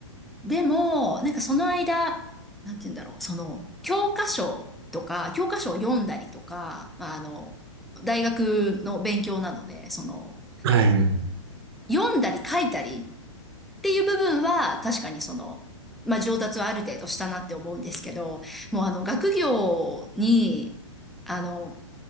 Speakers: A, in the centre; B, on the right (about 50°).
A: でも、なんかその間、なんて言うんだろう、その、教科書とか、教科書を読んだりとか、まあ、あの、大学の勉強なので、その、
B: はい、はい、
A: 読んだり書いたりっていう部分は、確かにその、まあ、上達はある程度したなって思うんですけど、もうあの、学業に、あの、